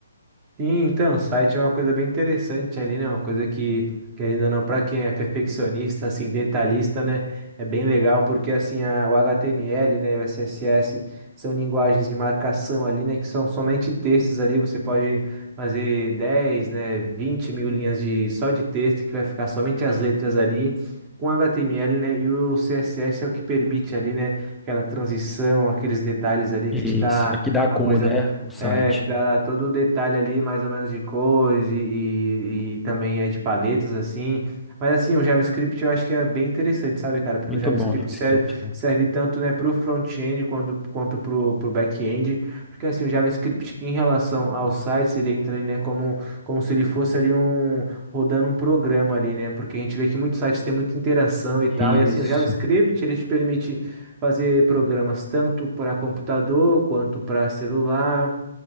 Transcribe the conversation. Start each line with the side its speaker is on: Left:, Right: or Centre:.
Right: Sim, então, site é uma coisa bem interessante ali, né? Uma coisa que, querendo ou não, para quem é perfeccionista, assim, detalhista, né? É bem legal, porque assim, a- o HTML, né, e o CSS são linguagens de marcação ali, né? Que são somente textos ali. Você pode fazer 10 né, vinte mil linhas de, só de texto, que vai ficar somente as letras ali. Com HTML, né? E o CSS é o que permite ali, né? Aquela transição, aqueles detalhes ali
Centre: Isso,
Right: que te dá
Centre: é que dá cor,
Right: a coisa
Centre: né? O site.
Right: é, que dá todo o detalhe ali, mais ou menos, de cores e, e- e também é de paletas, assim. Mas assim, o JavaScript eu acho que é bem interessante, sabe, cara? Porque
Centre: Muito
Right: o JavaScript
Centre: bom, JavaScript,
Right: serve,
Centre: né?
Right: serve tanto, né, pro front-end quanto, quanto pro, pro back-end. Porque assim, o JavaScript em relação aos sites, ele entra ali, né, como, como se ele fosse ali um, rodando um programa ali, né? Porque a gente vê que muitos sites têm muita interação e tal.
Centre: Isso.
Right: E assim, o JavaScript, ele te permite fazer programas tanto para computador quanto para celular